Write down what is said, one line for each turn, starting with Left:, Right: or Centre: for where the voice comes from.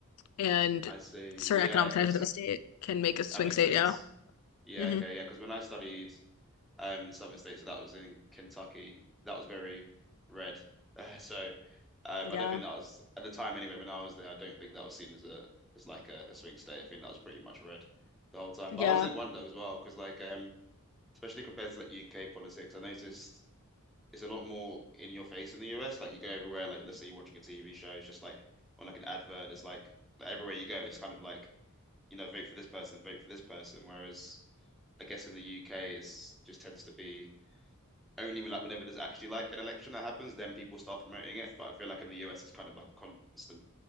Left: and
Centre: I see.
Left: certain
Centre: Yeah,
Left: economic
Centre: because
Left: conditions of the state can make a swing
Centre: that makes
Left: state.
Centre: sense.
Left: Yeah.
Centre: Yeah,
Left: hmm
Centre: okay. Yeah, because when I studied um in Southern States, so that was in Kentucky, that was very red. <laughs> so um,
Left: Yeah.
Centre: I don't think that was at the time anyway. When I was there, I don't think that was seen as a as like a, a swing state. I think that was pretty much red the whole time.
Left: Yeah.
Centre: But I always did wonder as well, because like um, especially compared to like UK politics, I noticed. it's a lot more in your face in the US. Like you go everywhere, like let's say you're watching a TV show, it's just like on like an advert, it's like, like, everywhere you go, it's kind of like, you know, vote for this person, vote for this person. Whereas I guess in the UK it's just tends to be only when, like whenever there's actually like an election that happens, then people start promoting it. But I feel like in the US it's kind of like a constant